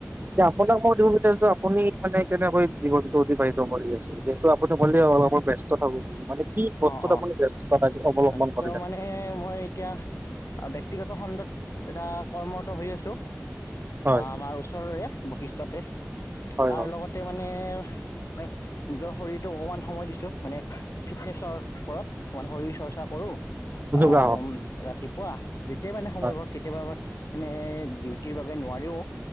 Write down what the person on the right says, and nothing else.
এয়া আপোনাক মই দিব বিচাৰছো, আপুনি মানে কেনেকৈ জীৱনতো অতিবাহিত কৰি আছে? যিহেতু আপুনি ক'লে মই ব ব্যস্ত থাকো বুলি মানে কি বস্তুত
আপুনি ব্যস্ততা থাকে অৱলম্বন
কৰি থাকে
হয়
হয়
হয়
যোগাসন
হয়